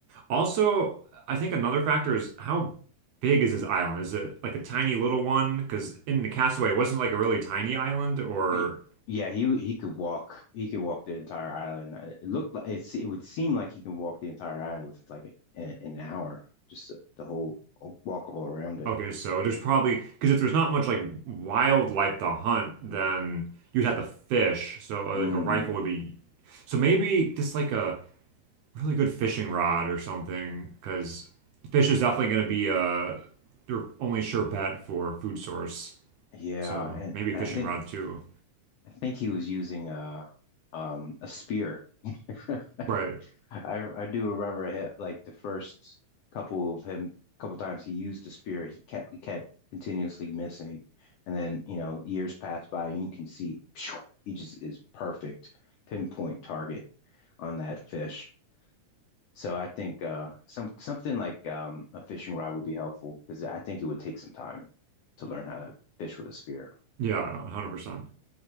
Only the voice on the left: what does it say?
Eh, Yeah, he he could walk. He could walk the entire island. Uh, It looked like it's, it would seem like he can walk the entire island with like an, an hour, just the whole walk all around it.
Mm,
yeah,
and,
and
I think
I think he was using a um a spear. <laughs>
I I do remember him, like the first couple of him couple times he used the spear, he kept he kept continuously missing, and then you know years pass by and you can see phew, he just is perfect pinpoint target on that fish. So I think uh some something like um a fishing rod would be helpful because I think it would take some time to learn how to fish with a spear.